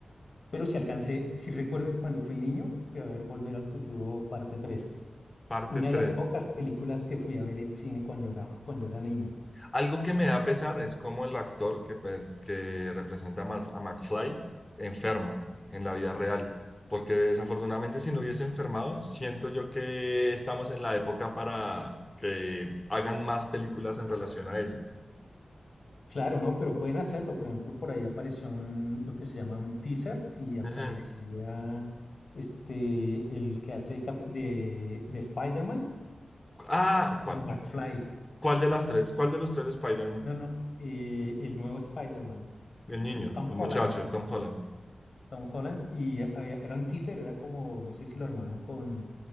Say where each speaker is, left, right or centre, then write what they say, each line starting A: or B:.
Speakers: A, on the left (about 60°); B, on the left (about 20°).
A: Pero sí alcancé, sí recuerdo que cuando fui niño fui a ver Volver al Futuro parte 3.
B: parte
A: Una
B: tres
A: de las pocas películas que fui a ver en cine cuando era, jo- cuando era niño.
B: Algo que me da pesar es cómo el actor que, pe- que representa a Mal- a McFly enferma en la vida real, porque desafortunadamente si no hubiese enfermado, siento yo que estamos en la época para que hagan más películas en relación a ello.
A: Claro, no, pero pueden hacerlo. Por ejemplo, por ahí apareció un- lo que se llama un teaser y aparecía
B: Ujú.
A: este, el que hace Cap- de, de Spider-Man,
B: Ah,
A: como
B: ¿cuál?
A: McFly.
B: ¿Cuál de las tres? ¿Cuál de los tres de Spider-Man?
A: No, no, eh, el nuevo Spider-Man,
B: El niño,
A: eh, Tom
B: el
A: Holland.
B: muchacho, Tom Holland.
A: Tom Holland, y eh, había- era un teaser, era como, no sé si lo armaban con,